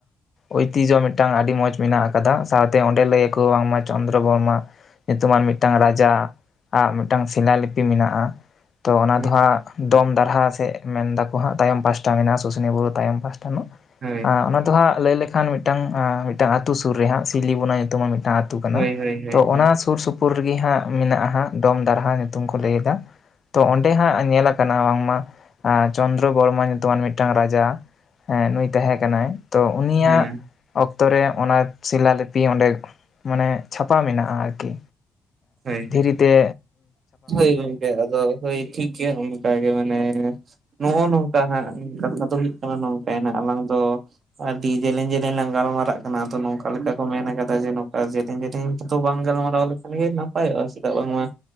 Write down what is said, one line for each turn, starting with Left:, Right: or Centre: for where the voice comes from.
Left: ᱳᱭᱛᱤᱡᱚ ᱢᱤᱫᱴᱟᱝ ᱟᱹᱰᱤ ᱢᱚᱸᱡᱽ ᱢᱮᱱᱟᱜ ᱟᱠᱟᱫᱟ ᱥᱟᱶᱛᱮ ᱚᱸᱰᱮ ᱞᱟᱹᱭᱟ ᱠᱚ ᱵᱟᱝ ᱢᱟ ᱪᱚᱱᱫᱽᱨᱚ ᱵᱚᱨᱢᱟᱼᱼ ᱧᱩᱛᱩᱢᱟᱱ ᱢᱤᱫᱴᱟᱝ ᱨᱟᱡᱟ ᱟᱜ ᱢᱤᱫᱴᱟᱝ ᱥᱤᱞᱟ ᱞᱤᱯᱤ ᱢᱮᱱᱟᱜ-ᱟ᱾ ᱛᱚ ᱚᱱᱟ
Right: ᱦᱳᱭ
Left: ᱫᱚ ᱦᱟᱸᱜ ᱫᱚᱢ ᱫᱟᱨᱦᱟ ᱥᱮᱫ ᱢᱮᱱ ᱫᱟᱠᱚ ᱦᱟᱸᱜ ᱛᱟᱭᱚᱢ ᱯᱟᱥᱴᱟ ᱢᱮᱱᱟᱜᱼᱟ ᱥᱩᱥᱱᱤ ᱵᱩᱨᱩ ᱛᱟᱭᱚᱢ ᱯᱟᱥᱴᱟ ᱯᱷᱩᱱᱩᱜ
Right: ᱦᱳᱭ
Left: ᱟ ᱚᱱᱟ ᱦᱟᱸᱜ ᱞᱟᱹᱭ ᱞᱮᱠᱷᱟᱱ ᱢᱤᱫᱴᱟᱝ ᱢᱤᱫᱴᱟᱝ ᱟ ᱟᱹᱛᱩ ᱥᱩᱨ ᱨᱮ ᱦᱟᱸᱜ ᱥᱤᱣᱞᱤᱵᱚᱱᱟ ᱧᱩᱛᱩᱢ ᱢᱤᱫᱴᱟᱝ ᱟᱹᱛᱩ ᱠᱟᱱᱟ
Right: ᱦᱳᱭ ᱦᱳᱭ ᱦᱳᱭ
Left: ᱛᱚ
Right: ᱦᱳᱭ
Left: ᱚᱱᱟ ᱥᱩᱨ ᱥᱩᱯᱩᱨ ᱨᱮᱜᱮ ᱦᱟᱸᱜ ᱢᱮᱱᱟᱜᱼᱟᱜ ᱫᱚᱢ ᱫᱟᱨᱦᱟ ᱧᱩᱛᱩᱢ ᱠᱚ ᱞᱟᱹᱭᱮᱫᱟ ᱛᱚ ᱚᱸᱰᱮ ᱦᱟᱸᱜ ᱧᱮᱞ ᱠᱟᱱᱟ ᱵᱟᱝᱢᱟ ᱪᱚᱱᱫᱨᱚ ᱵᱚᱨᱢᱟ ᱧᱩᱛᱩᱢᱟᱱ ᱢᱤᱫᱴᱟᱝ ᱨᱟᱡᱟ ᱦᱮᱸ ᱱᱩᱭ ᱛᱟᱦᱮᱸ ᱠᱟᱱᱟᱭ ᱛᱚ ᱩᱱᱤᱭᱟᱜ
Right: ᱦᱮᱸ
Left: ᱚᱠᱛᱚ ᱨᱮ ᱚᱱᱟ ᱥᱤᱞᱟ ᱞᱤᱯᱤ ᱚᱸᱰᱮ ᱢᱟᱱᱮ ᱪᱷᱟᱯᱟ ᱢᱮᱱᱟᱜᱼᱟ ᱟᱨᱠᱤ
Right: ᱦᱳᱭ
Left: ᱫᱷᱤᱨᱤ ᱛᱮ
Right: ᱦᱳᱭ ᱜᱚᱝᱠᱮ ᱟᱫᱚ ᱦᱳᱭ ᱴᱷᱤᱠ ᱜᱮᱭᱟ ᱚᱱᱠᱟᱜ ᱜᱮ ᱢᱟᱱᱮ ᱱᱚᱜᱼᱚ ᱱᱚᱝᱠᱟ ᱦᱟᱸᱜ ᱠᱟᱛᱷᱟ ᱫᱚ ᱦᱩᱭᱩᱜ ᱠᱟᱱᱟ ᱱᱚᱝᱠᱭᱱᱟ ᱟᱞᱟᱝ ᱫᱚ ᱟᱰᱤ ᱡᱮᱞᱮᱧ ᱡᱮᱞᱮᱧ ᱞᱟᱝ ᱜᱟᱞᱢᱟᱨᱟᱜ ᱠᱟᱱᱟ ᱟᱫᱚ ᱱᱚᱝᱠᱟ ᱞᱮᱠᱟ ᱠᱚ ᱢᱮᱱ ᱠᱟᱫᱟ ᱡᱮ ᱱᱚᱠᱟ ᱡᱮ <unintelligible> ᱵᱟᱝ ᱜᱟᱞᱢᱟᱨᱟᱣ ᱞᱮᱠᱷᱟᱱ ᱜᱮ ᱱᱟᱯᱟᱭᱚᱜᱼᱟ ᱪᱮᱫᱟᱜ ᱵᱟᱝᱢᱟ